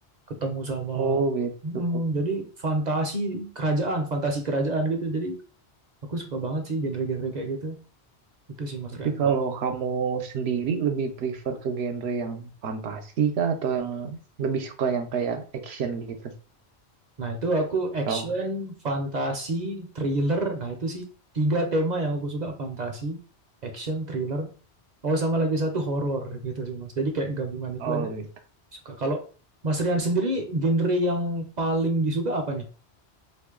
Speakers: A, on the right; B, on the right.
A: ketemu sama
B: Oh gitu.
A: hmm, jadi fantasi kerajaan, fantasi kerajaan gitu. Jadi aku suka banget sih genre-genre kayak gitu. Itu sih Mas
B: Tapi
A: Rian.
B: kalau
A: Ba-
B: kamu sendiri lebih prefer ke genre yang fantasi kah atau yang lebih suka yang kayak action gitu?
A: Nah, itu aku action,
B: Oh,
A: fantasi, thriller. Nah, itu sih tiga tema yang aku suka, fantasi, action, thriller. Oh, sama lagi satu horor gitu sih Mas. Jadi kayak gabungan itu
B: oh
A: aja
B: gitu.
A: Suka. Kalau Mas Rian sendiri genre yang paling disuka apa nih?